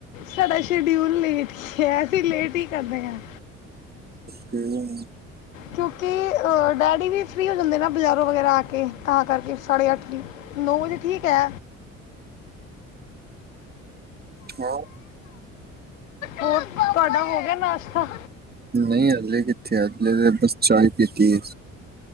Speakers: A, on the left; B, on the right.
A: ਸਾਡਾ ਸ਼ਡਿਊਲ ਲੇਟ ਈ ਐ ਅਸੀਂ ਲੇਟ ਹੀ ਕਰਣੇ ਆਂ।
B: ਕ <unintelligible>
A: ਕਿਉਂਕਿ ਡੈਡੀ ਵੀ ਫਰੀ ਹੋ ਜਾਂਦੇ ਨਾਂ ਬਜ਼ਾਰੋਂ ਵਗੈਰਾ ਆ ਕੇ ਤਾਂ ਕਰਕੇ ਸਾਡੇ ਅੱਠ ਵੀ ਨੌ ਵਜੇ ਠੀਕ ਐ।
B: ਹਾਂ
A: ਹੋਰ ਤੁਆਡਾ ਹੋ ਗਿਆ ਨਾਸ਼ ਤਾ
B: ਨਈਂ ਅਜਲੇ ਕਿੱਥੇ? ਅਜਲੇ ਦੇ ਬਸ ਚਾਏ ਪੀਤੀ ਐ।